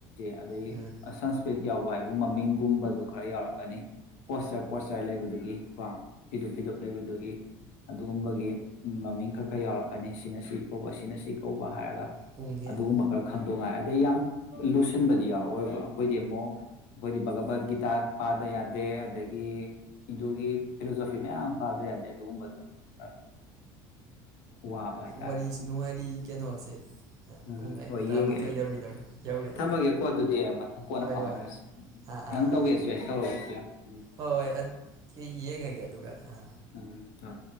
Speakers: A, on the left; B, on the right.
A: <unintelligible> ꯑꯗꯒꯤ
B: ꯎꯝ
A: ꯁꯟꯁꯀ꯭ꯔꯤꯟ ꯌꯥꯎꯕ ꯍꯥꯏꯕꯨ ꯃꯃꯤꯡꯒꯨꯝꯕꯗꯨ ꯈꯔ ꯌꯥꯎꯔꯛꯀꯅꯤ ꯄꯣꯁꯆꯔ ꯄꯣꯠꯆꯔ ꯂꯩꯕꯗꯨꯒꯤ ꯀꯣ ꯐꯤꯗꯨꯞ ꯐꯤꯗꯨꯞ ꯂꯩꯕꯗꯨꯒꯤ ꯑꯗꯨꯒꯨꯝꯕꯒꯤ ꯎꯝ ꯃꯃꯤꯡ ꯈꯔ ꯈꯔ ꯌꯥꯎꯔꯛꯀꯅꯤ ꯁꯤꯅ ꯁꯤ ꯀꯧꯕ ꯁꯤꯅ ꯁꯤ ꯀꯧꯕ ꯍꯥꯏꯔꯒ
B: ꯄꯨꯡ ꯍꯦꯜꯂꯦ
A: ꯑꯗꯨꯒꯨꯝꯕ ꯈꯔ ꯈꯪꯗꯧ ꯉꯥꯏ ꯑꯗꯩ ꯌꯥꯝ ꯂꯨꯁꯤꯟꯕꯗꯤ ꯌꯥꯎꯔꯛꯑꯣꯏꯑꯕ ꯑꯩꯈꯣꯏꯗꯤ ꯑꯃꯨꯛ ꯑꯩꯈꯣꯏꯗꯤ ꯚꯒꯕꯠ ꯒꯤꯇꯥ ꯄꯥꯗ ꯌꯥꯗꯦ ꯑꯗꯒꯤ ꯍꯤꯟꯗꯨꯒꯤ ꯐꯤꯂꯣꯁꯣꯐꯤ ꯃꯌꯥꯝ ꯄꯥꯗ ꯌꯥꯗꯦ ꯑꯗꯨꯒꯨꯝꯕꯗ ꯑꯃꯨꯛ ꯈꯔ ꯋꯥꯕ ꯍꯥꯏꯇꯥꯔꯦ
B: ꯋꯥꯔꯤꯁꯨ ꯅꯨꯡꯉꯥꯏꯔꯤ ꯀꯩꯅꯣꯁꯦ
A: ꯎꯝ
B: ꯄꯨꯡ <unintelligible>
A: ꯍꯣꯏ
B: ꯇꯔꯥꯃꯥꯊꯣꯏ
A: ꯌꯦꯡꯒꯦ ꯑꯩ
B: ꯌꯧꯈꯤꯗꯧꯔꯦ ꯌꯧꯔꯦ
A: ꯊꯝꯃꯒꯦꯀꯣ ꯑꯗꯨꯗꯤ ꯃꯊꯪ ꯀꯣꯟꯅ
B: ꯍꯣꯏ
A: ꯐꯥꯎꯅꯔꯁꯤ
B: ꯍꯣꯏ ꯑꯥ ꯑꯥꯥ
A: ꯅꯪ ꯇꯧꯒꯦꯁꯨ
B: ꯑꯗꯨ
A: ꯌꯥꯏ ꯇꯧꯔꯒꯦꯁꯨ ꯌꯥꯏ ꯎꯝ
B: ꯍꯣꯏ ꯍꯣꯏ ꯑꯗꯨ ꯌꯦꯡꯉꯒꯦ ꯑꯗꯨꯒ ꯑꯥ
A: ꯎꯝ ꯎꯝ ꯍꯣꯏ